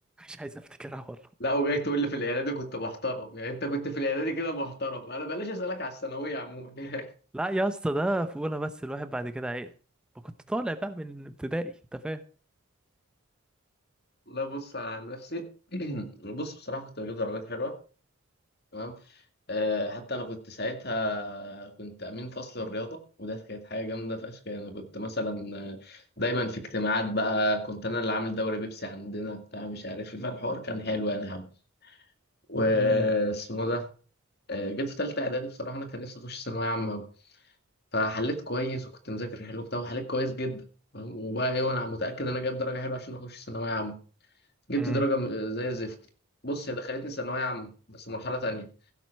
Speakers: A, in the centre; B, on the left.
A: مش عايز افتكرها والله
B: لا وجاي تقول لي في الإعدادي كنت محترم يعني أنت كنت في الإعدادي كده محترم أنا بلاش أسألك على الثانوية عموما <laughs>
A: لا يا اسطى ده في اولى بس الواحد بعد كده عيل كنت طالع بقى من ابتدائي انت فاهم
B: لا بص على نفسي <clears throat> بص بصراحة كنت بجيب درجات حلوة تمام آه، حتى انا كنت ساعتها كنت امين فصل الرياضه وده كانت حاجه جامده فشخ يعني كنت مثلا آه، دايما في اجتماعات بقى كنت انا اللي عامل دوري بيبسي عندنا بتاع مش عارف ايه فالحوار كان حلو يعني حب واسمه
A: امم
B: ده آه، جيت في ثالثه اعدادي بصراحه انا كان نفسي اخش ثانويه عامه أوي. فحليت كويس وكنت مذاكر حلو بتاع وحليت كويس جدا فاهم؟ وبقى ايه وانا متاكد ان انا جايب درجه حلوه عشان اخش ثانويه عامه جبت
A: امم
B: درجه م- زي الزفت بص هي دخلتني ثانويه عامه بس مرحله تانية